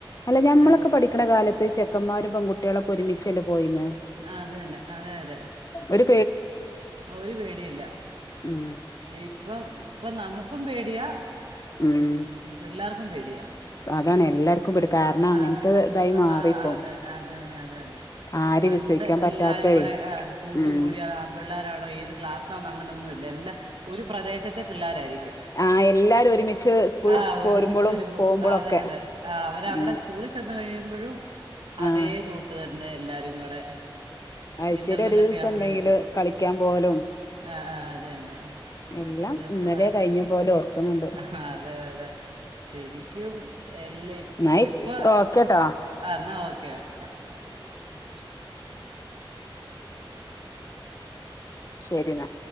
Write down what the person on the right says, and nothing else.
പണ്ട്
ആഹ് അതന്നെ അതെ അതെ
ഒരു പേടില്ല
ഇപ്പം ഇപ്പം നമുക്കും പേടിയാ
പിള്ളാർക്കും പേടിയാ
ആഹ്
ആഹ് അത് തന്നെ അത് തന്നെ അത് തന്നെ
പണ്ട്
എല്ലാരും ആഹ് കൂട്ടും
കൂടി <unintelligible> പിള്ളോരാണോ ഏത് ക്ലാസ്സാണോ അങ്ങനെയൊന്നുല്ല എല്ലാ ഒരു പ്രദേശത്തെ പിള്ളോരായിരിക്കും
ആഹ്
ഒരുമിച്ചൊരു പോക്കും
അതെ അതെ ആ അവരവിടെ
സ്കൂളിൽ ചെന്ന് കഴിയുമ്പഴും അതേ
കൂട്ട് തന്നെ എല്ലാരും കൂടെ
ഇന്റർവെല്ലൊക്കെ
ആവുമ്പഴേക്കും
ആഹ്
ആഹ് അത് തന്നെ
അതൊക്കെ ഒരു രസവായിരുന്നു
ആഹ് അതെ അതെ ശരിക്കും എല്ലാ-
ഇപ്പൊ
ആഹ് ന്നാ ഓക്കേ ഓക്കെ ആ